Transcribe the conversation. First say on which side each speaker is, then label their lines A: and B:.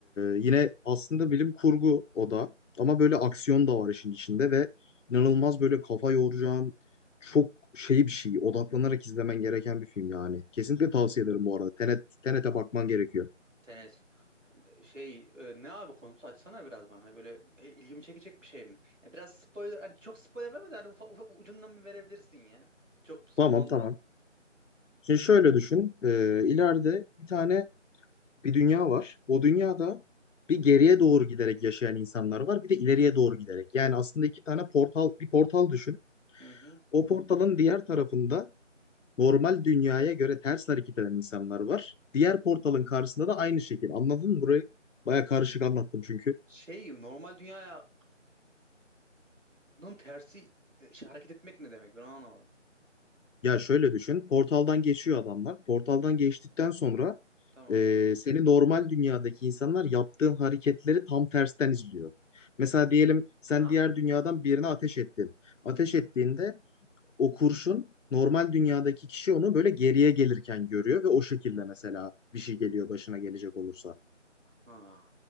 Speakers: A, on the left; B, on the right.
A: yine aslında bilim kurgu o da ama böyle aksiyon da var işin içinde ve inanılmaz böyle kafa yoracağın çok şey bir şey odaklanarak izlemen gereken bir film yani. Kesinlikle tavsiye ederim bu arada. Tenet, Tenet'e bakman gerekiyor.
B: Tenet. Şey e, ne abi konusu açsana biraz bana Hani böyle e, ilgimi çekecek bir şey mi? Ya biraz spoiler hani çok spoiler verme de hani ufak, ufak ucundan bir verebilirsin ya. Çok sorun
A: Tamam
B: olmaz.
A: tamam. Şimdi şöyle düşün. Ee, ileride bir tane bir dünya var. O dünyada bir geriye doğru giderek yaşayan insanlar var. Bir de ileriye doğru giderek. Yani aslında iki tane portal, bir portal düşün.
B: Hı hı.
A: O portalın diğer tarafında normal dünyaya göre ters hareket eden insanlar var. Diğer portalın karşısında da aynı şekil. Anladın mı? Burayı baya karışık anlattım çünkü.
B: Şey normal dünyanın tersi e, şey, hareket etmek ne demek ben onu anlamadım.
A: Ya şöyle düşün. Portaldan geçiyor adamlar. Portaldan geçtikten sonra
B: Tamam.
A: e, seni normal dünyadaki insanlar yaptığın hareketleri tam tersten izliyor. Mesela diyelim sen
B: Ha
A: diğer dünyadan birine ateş ettin. Ateş ettiğinde o kurşun normal dünyadaki kişi onu böyle geriye gelirken görüyor ve o şekilde mesela bir şey geliyor başına gelecek olursa.
B: ha.